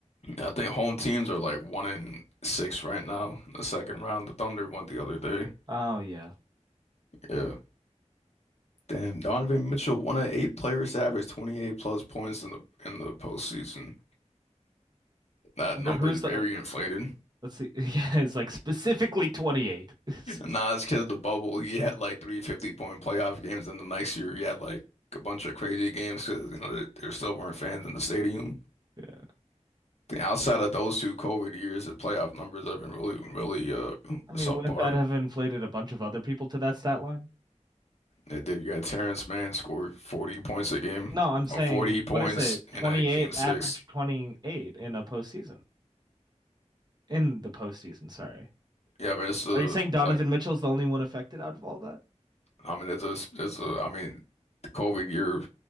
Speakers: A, on the left; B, on the right.
A: I think home teams are like one in six right now. in The second round, the Thunder won the other day.
B: Oh yeah.
A: Yeah, damn, Donovan Mitchell, one of eight players to average 28 plus points in the in the postseason. That
B: Wonder
A: number
B: who's
A: is
B: the
A: very inflated.
B: let's see. <laughs> Yeah, it's like specifically 28. <laughs>
A: Nah, it's because the bubble. <laughs> He had like three fifty point playoff games, and the next year he had like a bunch of crazy games because you know there, there still weren't fans in the stadium.
B: Yeah.
A: The outside of those two COVID years, the playoff numbers have been really, really uh
B: I mean,
A: subpar.
B: wouldn't that have inflated a bunch of other people to that stat line?
A: It did. You got Terrence Mann scored 40 points a game,
B: No, I'm saying,
A: or 40 points
B: what is it? 28,
A: in a game six.
B: average 28 in a postseason. In the postseason, sorry.
A: Yeah, but it's uh
B: Are you saying Donovan
A: like
B: Mitchell's the only one affected out of all that?
A: I mean there's a there's a I mean the COVID year